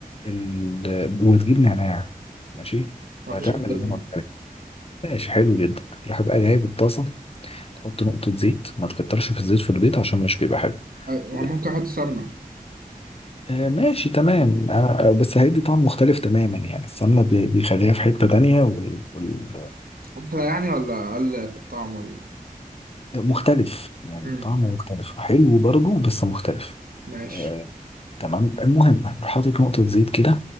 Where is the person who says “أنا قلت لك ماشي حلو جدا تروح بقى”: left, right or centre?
Left